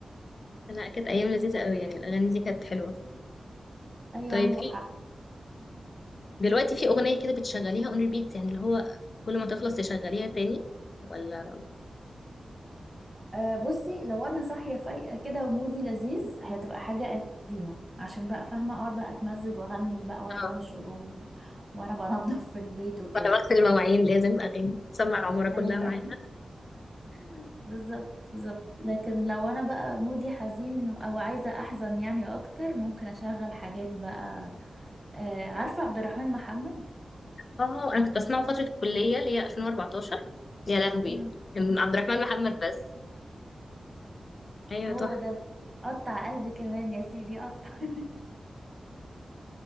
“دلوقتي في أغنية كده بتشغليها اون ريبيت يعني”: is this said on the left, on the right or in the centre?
Left